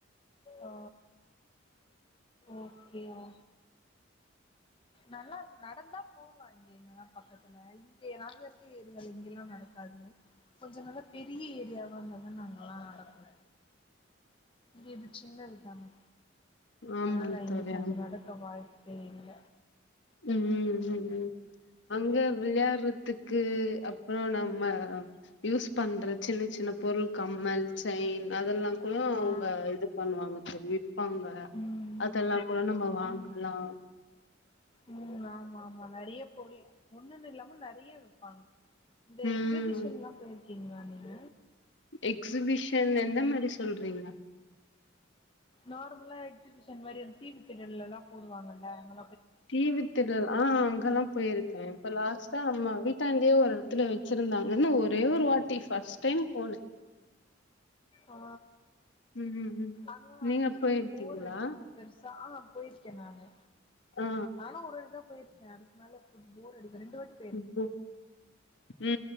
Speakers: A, on the left; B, on the left.
A: ஆ ஓகே ஓ நல்லா இருக்கு நடந்தா போலா இங்க எங்கண்ணா பக்கத்துல இங்கயா நாங்க இருக் ட்டு இங்கெல்லா நடக்காது கொஞ்ச நல்ல பெரிய ஏரியாவா இருந்தா தா அங்கல்லா நடக்கு இது சின்னது தான
B: ஆமா
A: அனால இங்க
B: தோழி
A: கொஞ்சோ
B: ஆமா
A: நடக்க வாய்ப்பே இல்ல
B: உ உ அங்க விளையாடறதுக்கு உ நம்ம யூஸ் பண்ற சின்ன சின்ன பொருள் கம்மல் செயின் அதெல்லா க்கு அவுங்க
A: ஆ
B: இது பண்ணுவாங்க சொல்லிருக்கு வப்பாங்க
A: ம்
B: அதெல்லா கூட நம்ம வாங்கலா
A: ம் ம் ஆமா ஆமா நெறைய பொருள் ஒண்ணுன்னு இல்லாம நெறைய விப்பாங்க இந்த
B: ம்
A: எக்ஸிபிஷன்ல்லா போயிருக்கீங்களா நீங்க
B: எக்ஸிபிஷன் எந்த மாரி சொல்றீங்க
A: நார்மலா எக்ஸிபிஷன் மாரி அந்த தீவி திடல்லல்லா போடுவாங்கல்ல எங்க
B: தீவு திடல் ஆ அங்கெல்லா போயிருக்கே இப்ப லாஸ்ட்டா நம்ம வீட்டாந்தேயே ஒரு இடத்துல வச்சிருந்தாங்கன்னு ஒரே ஒரு வாட் டி ஃபஸ்ட் டைம் போனே
A: ஆ
B: ம் ம் ம்
A: அங்க
B: நீங்க
A: அங்கேயு
B: போயிருக்கீங்களா
A: ரொம்ப போர் அடிக்கு பெருசா ஆ போயிருக்கே நானு
B: ஆ
A: ஆனா ஒரு இடோ போய்ருக்கே அதுக்கு மேல போர் அடிக்குது ரெண்டு வாட்டிக்கு
B: சரி போ உ உ